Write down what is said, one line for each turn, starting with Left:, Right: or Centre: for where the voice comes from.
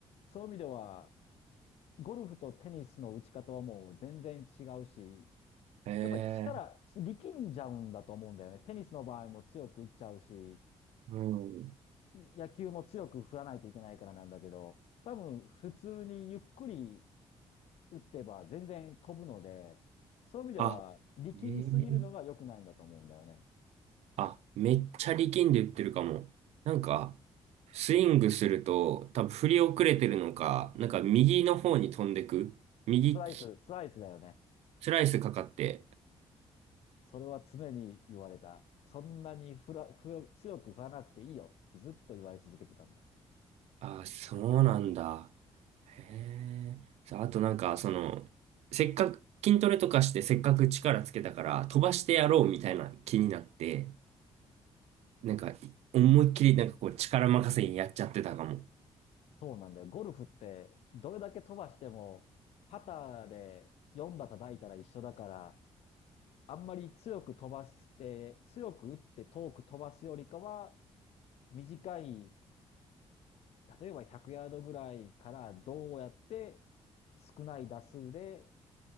Left: そういう意味では、ゴルフとテニスの打ち方はもう全然違うし、
Right: へえ、
Left: やっぱり力、力んじゃうんだと思うんだよね。テニスの場合も強く打っちゃうし、
Right: うん。
Left: 野球も強く振らないといけないからなんだけど、多分普通にゆっくり打ってば全然飛ぶので、そういう意味では力みすぎるのが良くないんだと思うんだよね。
Right: あ、えーあ、めっちゃ力んで打ってるかも。なんか、スイングすると、多分振り遅れてるのか、なんか右の方に飛んでく。右き、
Left: スライス、スライスだよね。
Right: スライスかかって。
Left: それは常に言われた。そんなに振ら、振強く振らなくていいよってずっと言われ続けてたんだよ。
Right: あ、そうなんだ。へえ。さあ、あとなんか、その、せっかく、筋トレとかしてせっかく力つけたから飛ばしてやろうみたいな気になって、なんか思いっきりなんかこう力任せにやっちゃってたかも。
Left: そうなんだよ。ゴルフってどれだけ飛ばしても、パターで4打叩いたら一緒だから、あんまり強く飛ばして、強く打って遠く飛ばすよりかは、短い、例えば100ヤードぐらいからどうやって少ない打数で